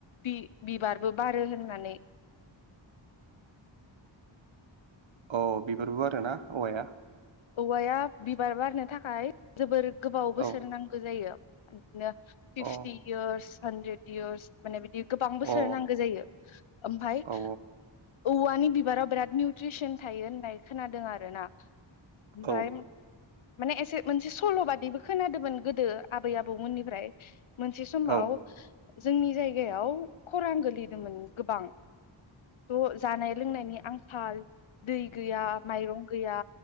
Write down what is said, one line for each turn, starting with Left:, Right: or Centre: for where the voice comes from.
Left: बि-बिबारबो बारो होननानै
Right: औ बिबारबो आरोना औवाया?
Left: औवाया बिबार बारनो थाखाय जोबोर गोबाव बोसोर
Right: औ
Left: नांगौ जायो <inaudible> बिनो फिफटि
Right: अ
Left: इयार्स हान्ड्रेड इयार्स माने बिदि गोबां
Right: अ
Left: बोसोर
Right: औ
Left: नांगौ जायो ओमफ्राय
Right: औ
Left: औवानि बिबाराव बिराद निउट्रिसन थायो होननाय खोनादों आर ना। ओमफ्राय
Right: औ
Left: माने एसे मोनसे सल' बादिबो खोनादोमोन गोद- दो आबै आबौमोननिफ्राय। मोनसे समाव
Right: अ
Left: जोंनि जायगायाव खरां गोलैदोंमोन गोबां ट' जानाय लोंनायनि आंखाल दै गैया माइरं गैया